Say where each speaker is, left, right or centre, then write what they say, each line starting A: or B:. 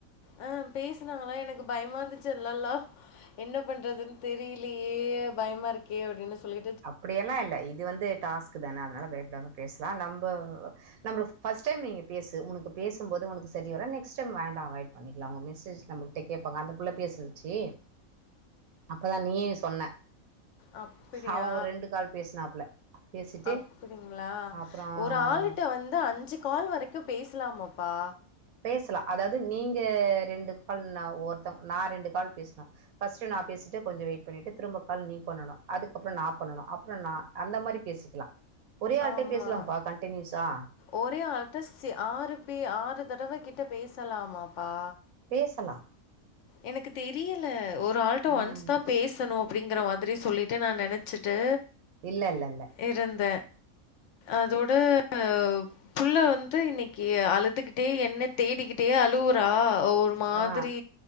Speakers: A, on the left; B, on the right.
A: ஆ பேசுனாங்களா எனக்கு பயமா இருந்துச்சு அல்லல்லா என்ன பண்றதுன் தெரி லியே பயமா இருக்கே அப்டின்னு சொல்லி
B: அப்படி எல்லா இல்ல இது வந்து டாஸ்க் தான அதனால பயப்படாம பேசலா நம்ப நம்பள ஃபஸ்ட் டைம் நீங்க பேசு உனக்கு பேசும்போது உனக்குசரிவர நெக்ஸ்ட் டைம் வேண்டா அவாய்ட் பண்ணிக்கல அவுங்க மெசேஜ்ல நம்பகிட்ட கேப் அப்ப அந்த புள்ள பேசிருச்சு அப்பதா நீயு சொன்ன
A: அப் பிடியா
B: அவன் ஒரு ரெண்டு கால் பேசினாப்புல பேசிட்டு
A: அப்படிங்களா
B: அப்புறம்
A: ஒரு ஆளுட்ட வந் து அஞ்சு கால் வரைக்கு பேசலாமப்பா
B: பேசலா அதாவது நீங்க ரெண்டு கால் அ ஒருத்தவுங்க நா ரெண்டு கால் பேசனு ஃபஸ்ட்டு நா பேசிட்டு கொஞ்சோ வெயிட் பண்ணிட்டு திரும்ப கால் நீ பண்ணனு அதுக்கப்புறோ நா பண்ணனு அப்புறோ நா அந்த மாரி பேசிக்கலா ஒரே ஆள்ட
A: ஆமா.
B: பேசலாம்ப்பா கண்டினியூஸா
A: ஒரே ஆல்ட்ட சி ஆறு பே ஆறு தடவ கிட்ட பேசலாமாப்பா
B: பேசலா
A: எனக்கு தெரியல ஒரு ஆள்ட்ட
B: ம்.
A: ஒன்ஸ் தா பேசணு அப்டிங்கிற மாதிரி சொல்லிட்டு நா நெனச்சிட்டு
B: இல்ல, இல்ல, இல்ல.
A: இருந்த அதோட ஒ புள்ள வந்து இன்னக்கி அலுதுகிட்டே என்ன தேடிக்கிட்டே அலுவுறா ஒரு மாத்ரி
B: ஆ.